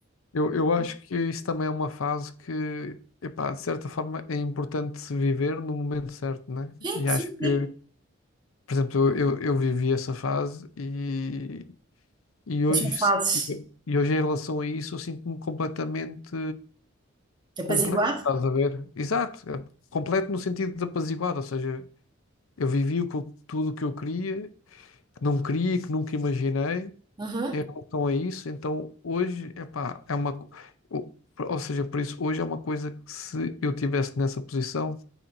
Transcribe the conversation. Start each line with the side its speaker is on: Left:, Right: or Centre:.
Left: eu, eu acho que isso também é uma fase que, epá, de certa forma, é importante se viver no momento certo, né?
Right: Sim,
Left: E
Right: sim,
Left: acho que
Right: sim.
Left: Por exemplo, eu, eu, eu vivi essa fase e, e hoje,
Right: Mas são fases
Left: e, e hoje em relação a isso eu sinto-me completamente
Right: apaziguado.
Left: completo, estás a ver? Exato, é completo no sentido de apaziguado, ou seja, eu vivi o que eu- tudo o que eu queria, que não queria, que nunca imaginei
Right: Uhum.
Left: em relação a isso, então hoje, epá, é uma... co- o- Ou seja, por isso, hoje é uma coisa que se eu tivesse nessa posição,